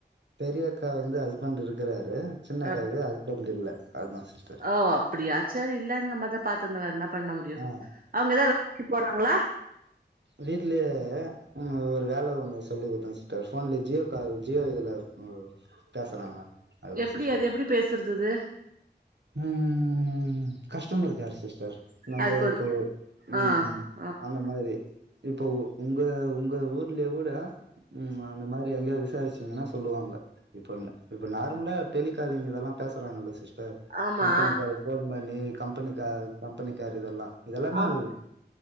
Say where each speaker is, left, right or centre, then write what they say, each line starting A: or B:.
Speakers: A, on the right; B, on the right.
A: பெரியக்கா வந்து ஹஸ்பண்ட் இருக்கறாரு சின்னக்காக்கு
B: ஆ
A: ஹஸ்பண்ட் இல்ல அத்தா சிஸ்
B: ஓ அப்பிடியா சேரி இல்லன்னு நம்மதா பாத்துக்கணு வேற என்ன பண்ண முடியு
A: ஆ
B: அவுங்க எதோ வேலைக்கு போறா ங்ளா
A: வீட்ல இருக்குது அ ஒரு வேல ஒண்ணு சொல்லி குடுத்த சிஸ்டர் ஃபோன்ல ஜியோ கால் ஜியோ இதுல ஒரு பேசறாங்க அதுதா
B: எப்டி
A: சிஸ்டர்
B: அது எப்டி பேசுறதது
A: ம் கஸ்டமர் கேர் சிஸ்டர் நம்ம
B: அது கொஞ்
A: இப்போ ம்
B: ஆ ஆ
A: அந்த மாதிரி இப்போ உங்க உங்க ஊர்லயே கூட ம் அந்த மாறி எங்கயோ விசாரிச்சீங்கன்னா சொல்வாங்க இப்ப இப்ப நார்மலா டெலிகாலிங் இதெல்லா பேசறாங்கில்ல சிஸ்டர்
B: ஆமா
A: கம்பனிக்கார ஃபோன் பண்ணி கம்பனிக்கால் கம்பனிக்கேர் இதெல்லா இதெல்லாமே
B: ஆம்
A: அது